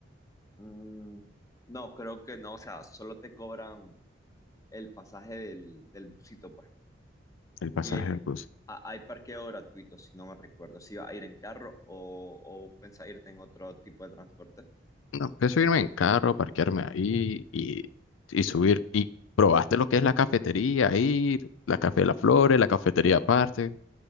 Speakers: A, on the left; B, on the left.
A: Mm, no, creo que no. O sea, solo te cobran el pasaje del, del busito, pues.
B: El pasaje
A: Y hay,
B: del bus.
A: a- hay parqueo gratuito, si no me recuerdo. Si vas a ir en carro o, o pensás irte en otro tipo de transporte.
B: No, pienso irme en carro, parquearme ahí y, y subir. ¿Y probaste lo que es la cafetería ahí, la Café de las Flores, la cafetería aparte?